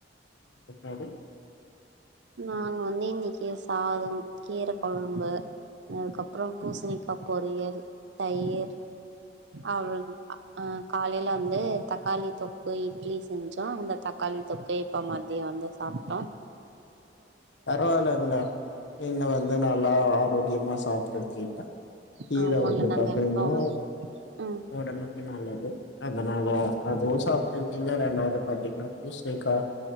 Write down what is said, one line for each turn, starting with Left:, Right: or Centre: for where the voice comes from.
Left: என்னது
Right: நாங்க வந்து இன்னைக்கி சாதம், கீர கொழம்பு, அதுக்கப்றோ பூசணிக்கா பொரியல், தயிர். அவல் ஆ காலையில வந்து தக்காளி தொக்கு, இட்லி செஞ்சோம், அந்த தக்காளி தொக்கு இப்ப மத்தியோ வந்து சாப்டோ
Left: பரவாலங்க நீங்க வந்து நல்லா ஆரோக்கியமா சாப்ட்டு கீழ கீழ
Right: ஆமாங்க
Left: வந்து
Right: நாங்க
Left: பாத்தீங்கன்னா
Right: எப்போ ம்
Left: ஒடம்புக்கு நல்லது அதனால அதுவும் சாப்ட்டு இருக்கீங்க ரெண்டாவது பாத்தீங்கன்னா பூசணிக்கா